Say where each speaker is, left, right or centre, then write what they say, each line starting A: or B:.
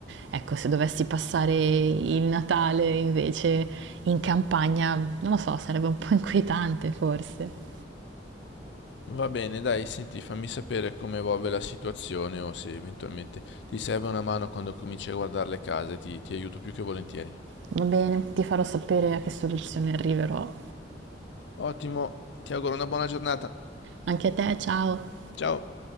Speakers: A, on the right; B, on the left.
A: Ecco, se dovessi passare il Natale invece in campagna, non lo so, sarebbe un po' <laughs> inquietante forse.
B: Va bene, dai, senti, fammi sapere come evolve la situazione o se eventualmente ti serve una mano quando cominci a guardare le case, ti, ti aiuto più che volentieri.
A: Va bene, ti farò sapere a che soluzione arriverò.
B: Ottimo, ti auguro una buona giornata.
A: Anche a te, ciao!
B: Ciao!